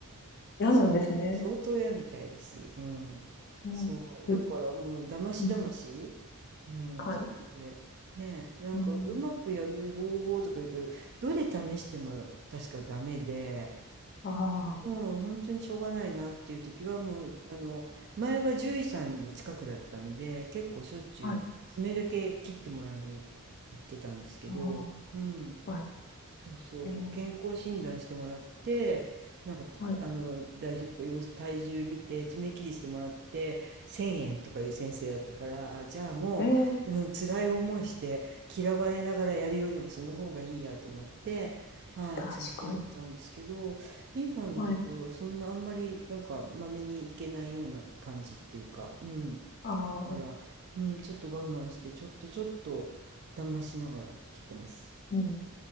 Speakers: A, on the left; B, on the right.
A: 嫌なんですね。
B: しゃあ相当嫌みたいです。うん。
A: うん。
B: そう、だからもうだましだまし、
A: いうん。
B: うん、
A: はい。
B: 一人で。ねえ、なんかうまくやる方法とか言うけど、
A: うん
B: どれ試しても確かダメで、
A: ああ、
B: もう本当にしょうがないなっていう時はもう、あの、前は獣医さんの近くだったので、結構しょっちゅう爪だけ切ってもらいに行ってたんですけど、
A: はい。あ
B: うん。
A: あ、はい。
B: そうそう、
A: えー、
B: 健康診断してもらって、なんかて、
A: はい。
B: あの、大丈夫か、様子、体重見て、爪切りしてもらって、1000円とかいう先生だったから、あじゃあもう、
A: えー、
B: うん、辛い思いして、嫌われながらやるよりもその方がいいやと思って、はい、
A: 確かに。
B: 連れてったんですけど、今のところはそんなあんまり、
A: はい。
B: なんか、まめに行けないような感じっていうか、うん。
A: ああ、
B: だから、うん、ちょっと我慢して、ちょっとちょっと、だましながら切ってます。
A: うん。